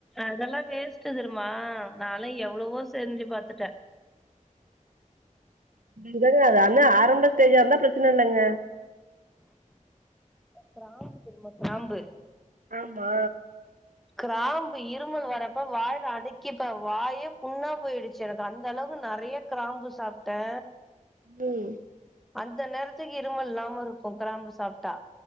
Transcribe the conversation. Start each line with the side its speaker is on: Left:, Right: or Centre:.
Centre: அதெல்லா வேஸ்ட்டு தெருமா நாலா எவ்ளவோ செஞ்சு பாத்துட்டே
Right: இதங்க அது அன்னா ஆரம்ப ஸ்டேஜ்ஜா இருந்தா பிரெச்சன இல்லங்க
Centre: கிராம்பு தெரியுமா கிராம்பு
Right: ஆம் மா
Centre: கிராம்பு இருமல் வரப்ப வாய்ல அடக்கிப்பே வாயே புண்ணா போயிருச்சு எனக்கு அந்த அளவுக்கு நெறைய கிராம்பு சாப்டே
Right: ம்
Centre: அந்த நேரத்துக்கு இருமல் இல்லாம இருக்கு கிராம்பு சாப்டா